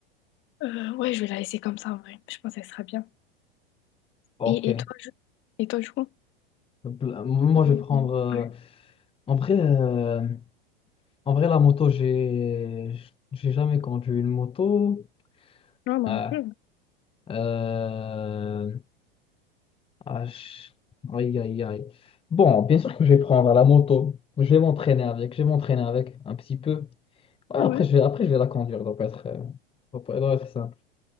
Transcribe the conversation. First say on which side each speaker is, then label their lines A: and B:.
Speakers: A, on the left (about 40°); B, on the left (about 20°).
A: Euh, ouais, je vais la laisser comme ça, en vrai. Je pense qu'elle sera bien.
B: Ok.
A: Et, et toi, je... et toi, je crois?
B: Pla- Moi,
A: Et-
B: je vais prendre. euh,
A: Ouais,
B: En vrai, euh, en vrai, la moto, j'ai, j'ai jamais conduit une moto.
A: Ouais, moi
B: Ah,
A: non plus.
B: euh, ah, je- aïe, aïe, aïe. Bon, bien sûr que je vais prendre la moto. Je vais m'entraîner avec. Je vais m'entraîner avec un petit peu. Ouais,
A: Ouais,
B: après,
A: Ouais.
B: je vais, après, je vais la conduire, donc être, euh, doit pas- doit être simple.